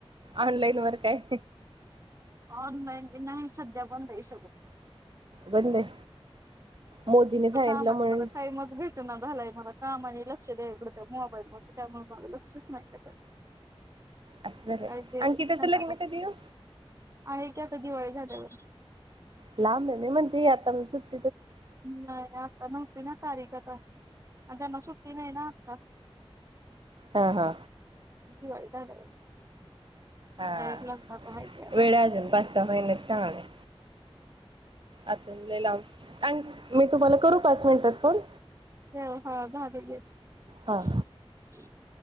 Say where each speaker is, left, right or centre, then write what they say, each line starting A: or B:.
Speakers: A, on the right; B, on the right.
A: ऑनलाईन वर काय
B: ऑनलाईन बी नाही सध्या पण पैसे <unintelligible>
A: बंद आहे मोदीने
B: इथं
A: सांगितलं
B: कामाने
A: म्हणून
B: मला टाइमच भेटना झालाय मला कामानी <unintelligible> मोबाईल मध्ये त्यामुळे माझ लक्षच नाही त्याच्याकड
A: असं झालंय.
B: आई गेली
A: अंकिताचं
B: शान
A: लग्न
B: टाकाय
A: कधी ओ?
B: आहे की आता दिवाळी झाल्यावर
A: लांब आहे मी म्हणते आता सुट
B: नाही आता नव्हती ना तारीख त्यांना आता सुट्टी नाही ना आता
A: हा हा
B: दिवाळी झाल्यावर
A: हा
B: त्या एक लग्नात आहे की आता
A: वेळ अजून पाच सहा महिनेच चांगलं आहे अजून लई लांब <unintelligible> मी तुम्हाला करू पाच मिनिटात फोन
B: ह हा
A: हा
B: <unintelligible>